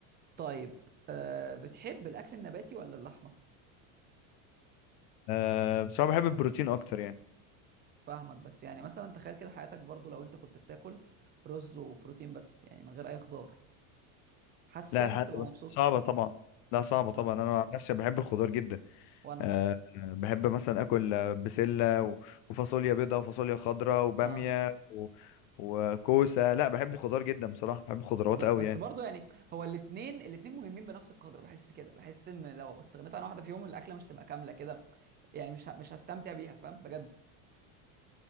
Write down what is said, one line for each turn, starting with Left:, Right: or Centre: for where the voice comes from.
Right: طيب أه بتحب الاكل النباتي ولا اللحمه
Left: أه بس أنا بحب البروتين أكتر يعني
Right: فاهمك بس يعني مثلا تخيل كده حياتك برضو لو انت كنت بتاكل رز وبروتين بس يعني من غير اي خضار حاسس
Left: لا
Right: كده
Left: الحاجات
Right: ان انت تبقى
Left: بس
Right: مبسوط
Left: صعبة طبعا لا صعبة طبعا
Right: اه
Left: أنا عن نفسي بحب الخضار جدا
Right: وانا
Left: آه، بحب مثلا اكل آه، بسله و- وفاصوليا بيضاء وفاصوليا خضراء وباميه
Right: اه
Left: و... وكوسه لا بحب الخضار جدا بصراحه بحب الخضروات
Right: بالظبط
Left: قوي
Right: بس
Left: يعني
Right: برضو يعني هو الاتنين الاتنين مهمين بنفس القدر بحس كده بحس ان لو استغنيت عن واحده فيهم الاكله مش تبقى كامله كده يعني مش ه- مش هستمتع بيها فاهم بجد